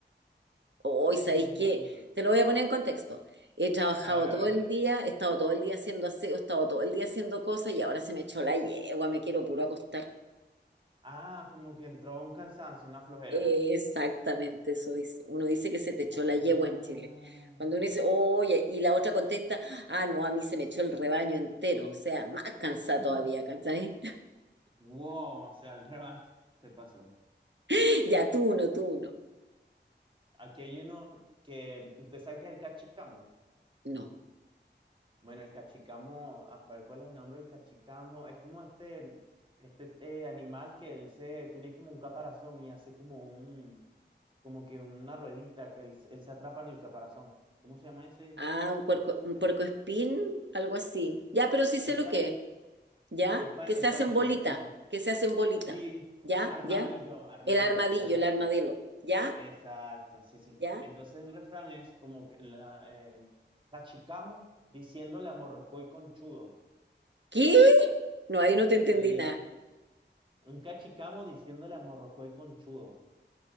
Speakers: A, on the right; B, on the right.
A: Hoy, ¿sabéis
B: Mm,
A: qué? Te lo voy a poner en contexto. He trabajado
B: a ver, a
A: todo
B: ver.
A: el día, he estado todo el día haciendo aseo, he estado todo el día haciendo cosas y ahora se me echó la yegua, me quiero puro acostar.
B: Ah, como que entró un cansancio, una flojera.
A: Exactamente eso dice. Uno dice que se te echó
B: Ah.
A: la yegua en Chile. Cuando uno dice, oye, y la otra contesta, ah, no, a mí se me echó el rebaño entero, o sea, más cansada
B: <laughs>
A: todavía, ¿cachai?
B: Wow, o sea, el revanche se pasó.
A: <laughs> Ya tú uno, tú uno.
B: Aquí hay uno que usted sabe que es el cachicamo.
A: No.
B: Bueno, el cachicamo, ah, ¿cuál cuál es el nombre del cachicamo? Es como este, este eh, animal que él se tiene como un caparazón y hace como un, como que una ruedita que él, él se atrapa en el caparazón. ¿Cómo se llama ese?
A: Ah, un puerco,
B: Este,
A: un puercoespín, algo así. Ya, pero sí sé
B: es
A: lo
B: pare,
A: que es. ¿ya?
B: es pare-
A: Que se
B: es
A: hacen
B: parecido,
A: bolita,
B: sí, sí.
A: que se hacen bolita,
B: Sí,
A: ¿ya?
B: armadillo,
A: ¿Ya?
B: armadillo,
A: El armadillo,
B: un armadillo.
A: el armadillo, ¿ya?
B: Exacto, sí, sí.
A: ¿Ya?
B: Entonces el refrán es como que la, eh, cachicamo diciéndole a morrocoy conchudo.
A: ¿Qué? No, ahí no te entendí
B: Sí,
A: nada.
B: un cachicamo diciéndole a Morrocoy conchudo.